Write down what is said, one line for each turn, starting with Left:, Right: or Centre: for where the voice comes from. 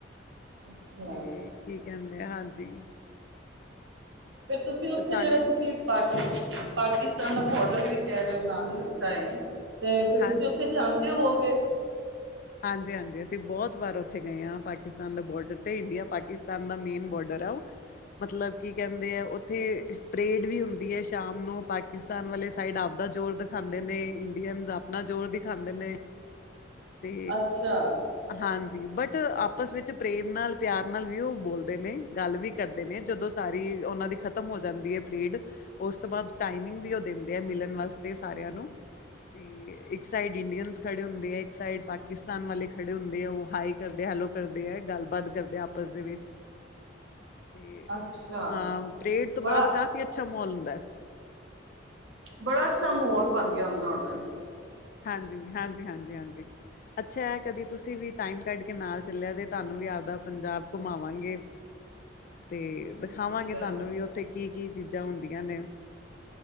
Right: ਅੱਛਾ
Left: ਤੇ, ਕੀ ਕਹਿੰਦੇ ਆ, ਹਾਂਜੀ।
Right: ਫਿਰ ਤੁਸੀਂ ਉੱਥੇ
Left: ਸਾਰੀਆਂ
Right: ਜਿਹੜਾ ਤੁਸੀ
Left: ਸਟੇਟਸ
Right: ਕ ਪਾਕੀ- ਪਾਕੀ ਤੁ ਬੋਡਰ ਵੀ ਕਹਿ ਰਹੇ ਹੋ ਨਾਲ ਲੱਗਦਾ ਏ ।ਤੇ ਫਿਰ
Left: ਹਾਂਜੀ
Right: ਤੁਸੀਂ ਉੱਥੇ ਜਾਂਦੇ ਹੋਗੇ।
Left: ਹਾਂਜੀ -ਹਾਂਜੀ ਅਸੀਂ ਬਹੁਤ ਵਾਰ ਉੱਥੇ ਹਾਂ ।ਪਾਕਿਸਤਾਨ ਦਾ ਬੋਡਰ ਤੇ ਇੰਡੀਆ ਪਾਕਿਸਤਾਨ ਦਾ ਮੇਨ ਬੋਰਡਰ ਰਾਓ ਮਤਲਬ ਕੀ ਕਹਿੰਦੇ ਨੇ ।ਉੱਥੇ ਪਰੇਡ ਵੀ ਹੁੰਦੀ ਹੈ ਸ਼ਾਮ ਨੂੰ। ਪਾਕਿਸਤਾਨ ਵਾਲੇ ਸਾਈਡ ਆਪਦਾ ਦਾ ਜ਼ੋਰ ਦਿਖਾਂਦੇ ਨੇ ਇੰਡੀਅਨ ਆਪਣਾ ਜ਼ੋਰ ਦਿਖਾਉਂਦੇ ਨੇ। ਤੇ
Right: ਅੱਛਾ
Left: ਹਾਂਜੀ, ਬਟ ਆਪਸ ਵਿੱਚ ਪ੍ਰੇਮ ਨਾਲ ਪਿਆਰ ਨਾਲ ਵੀ ਉਹ ਬੋਲ ਨੇ ਗੱਲ ਵੀ ਕਰਦੇ ਨੇ ਜਦੋਂ ਸਾਰੀ ਉਹਨਾਂ ਦੀ ਖ਼ਤਮ ਹੋ ਜਾਂਦੀ ਹੈ। ਪਰੇਡ ਉਸ ਤੋਂ ਬਾਅਦ ਟਾਈਮਿੰਗ ਵੀ ਉਹ ਦਿੰਦੇ ਆ ਮਿਲਣ ਵਾਸਤੇ। ਸਾਰੀ ਨੂੰ ਤੇ ਇੱਕ ਸਾਈਡ ਇੰਡੀਅਨ ਖੜੇ ਹੁੰਦੇ ਆ ।ਇੱਕ ਸਾਈਡ ਪਾਕਿਸਤਾਨ ਵਾਲੇ ਖੜੇ ਹੁੰਦੇ ਏ। ਉਹ ਹਾਏ ਕਰਦੇ ਹੈਲੋ ਕਰਦੇ ਹੈ। ਗੱਲਬਾਤ ਕਰਦੇ ਆਪਸ ਦੇ ਵਿੱਚ ਤੇ
Right: ਅੱਛਾ
Left: ਅਹ ਪਰੇਡ ਤੋਂ
Right: ਬੜਾ
Left: ਬਾਅਦ ਕਾਫੀ ਅੱਛਾ ਮਾਹਲ ਹੁੰਦਾ ਹੈ।
Right: ਬੜਾ ਅੱਛਾ ਮੋਲ ਬਣ ਗਿਆ ਹੁੰਦਾ ਹੁੰਦਾ।
Left: ਹਾਂਜੀ -ਹਾਂਜੀ -ਹਾਂਜੀ -ਹਾਂਜੀ ਝ ਕਦੀ ਤੁਸੀਂ ਵੀ ਟਾਈਮ ਕੱਢ ਕੇ ਨਾਲ ਚੱਲਿਆ ਤੇ, ਤੁਹਾਨੂੰ ਵੀ ਆਪਦਾ ਪੰਜਾਬ ਘੁਮਾਵਾਂਗੇ। ਤੇ
Right: ਅੱਛਾ
Left: ਦਿਖਾਵਾਂਗੇ ।ਤੁਹਾਨੂੰ ਵੀ ਉੱਥੇ ਕੀ ਕੀ ਚੀਜ਼ਾਂ ਹੁੰਦੀਆਂ ਨੇ।